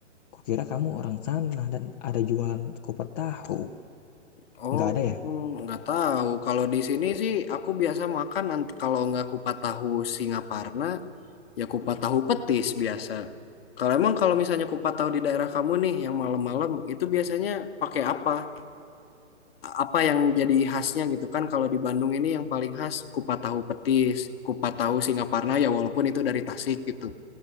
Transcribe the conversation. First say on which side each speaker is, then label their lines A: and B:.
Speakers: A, on the left; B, on the left.
A: Kukira kamu orang sana dan ada jualan kupat tahu.
B: Oh,
A: Nggak ada ya?
B: nggak tahu. Kalau di sini sih aku biasa makan ant- kalau nggak kupat tahu Singaparna, ya kupat tahu petis biasa. Kalau emang kalau misalnya kupat tahu di daerah kamu nih yang malam-malam itu biasanya pakai apa? apa yang jadi khasnya gitu kan kalau di Bandung ini yang paling khas kupat tahu petis, kupat tahu Singaparna ya walaupun itu dari Tasik gitu.